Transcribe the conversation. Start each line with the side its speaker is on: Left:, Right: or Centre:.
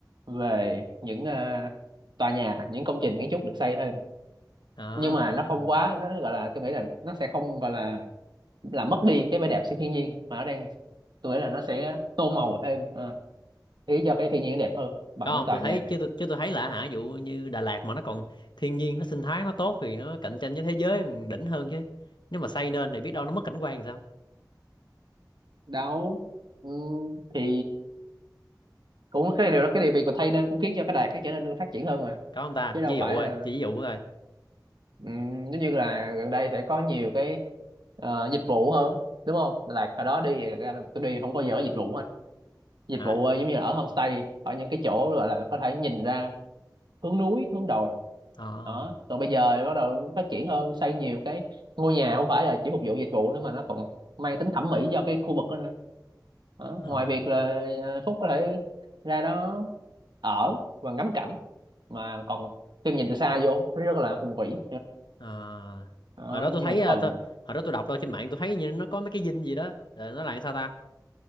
Right: về những ờ, tòa nhà những công trình kiến trúc được xây thêm
Left: à
Right: nhưng mà nó không quá nó gọi là tôi nghĩ là nó sẽ không gọi là là mất đi cái vẻ đẹp sự thiên nhiên mà nó đang tôi nghĩ là nó sẽ tô màu thêm ờ, khiến cho cái thiên nhiên đẹp hơn bằng
Left: có
Right: những
Left: không
Right: tòa
Left: tôi
Right: nhà
Left: thấy chứ tôi, chứ tôi thấy là hả ví dụ như Đà Lạt mà nó còn thiên nhiên nó sinh thái nó tốt thì nó cạnh tranh với thế giới đỉnh hơn chứ nếu mà xây nên thì biết đâu nó mất cảnh quan thì sao
Right: đâu ừ, thì cũng cái điều đó cái điều việc của thay nên cũng khiến cho cái đài cái trở nên phát triển hơn mà
Left: có không ta
Right: chứ đâu
Left: ví dụ
Right: phải
Left: ơi
Right: là
Left: chỉ ví dụ thôi
Right: Ừm, giống như là gần đây sẽ có nhiều cái ờ, dịch vụ hơn đúng không là hồi đó đi ra là tôi đi không bao giờ có dịch vụ hết dịch
Left: à,
Right: vụ ờ, giống như là ở homestay ở những cái chỗ gọi là có thể nhìn ra hướng núi hướng đồi
Left: à,
Right: đó còn bây giờ bắt đầu phát triển hơn xây nhiều cái ngôi nhà không phải là chỉ phục vụ dịch vụ nữa mà nó còn mang tính thẩm mỹ cho cái khu vực đó nữa đó.
Left: à,
Right: ngoài việc là ờ, Phúc có thể ra đó ở và ngắm cảnh mà còn khi nhìn từ xa vô nó rất là hùng vĩ
Left: à.
Right: đó,
Left: hồi đó
Right: như
Left: tôi thấy
Right: một
Left: ờ,
Right: phần
Left: tôi, hồi đó tôi đọc đâu trên mạng tôi thấy như nó có mấy cái dinh gì đó là nó là sao ta